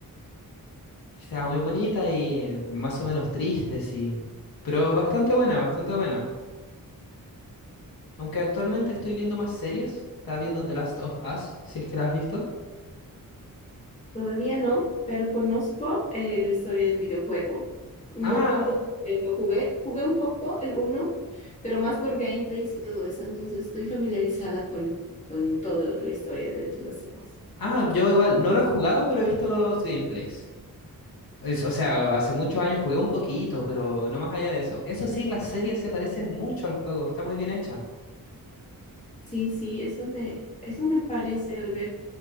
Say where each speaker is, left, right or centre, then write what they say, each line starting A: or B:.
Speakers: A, on the left; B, on the left.
A: Estaba muy bonita y más o menos triste, sí. Pero bastante buena, bastante buena. Aunque actualmente estoy viendo más series. Estaba viendo The Last of Us, si es que la has visto.
B: Todavía no, pero conozco eh, la historia del videojuego. No
A: Ah,
B: tanto porque lo jugué, jugué un poco el uno pero más por gameplays y todo eso, entonces estoy familiarizada con, con toda la historia de The Last of Us.
A: ah, yo igual, no lo he jugado, pero he visto los gameplays. Es- o sea, hace muchos años jugué un poquito, pero no más allá de eso. Eso sí, la serie se parece mucho al juego, está muy bien hecha.
B: Sí, sí, eso me, eso me parece, al ver.